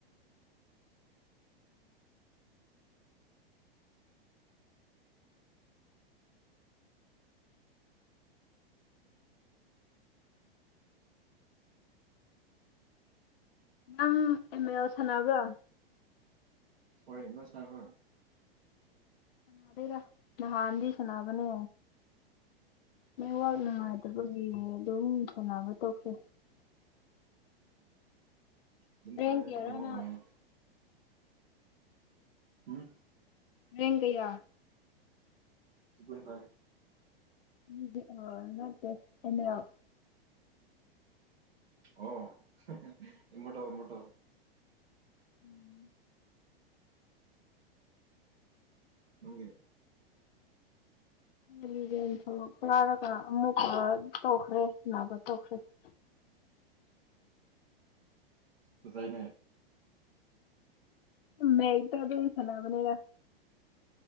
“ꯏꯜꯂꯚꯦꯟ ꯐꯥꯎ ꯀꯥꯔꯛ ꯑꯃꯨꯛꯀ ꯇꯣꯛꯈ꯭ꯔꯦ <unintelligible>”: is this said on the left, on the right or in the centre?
Left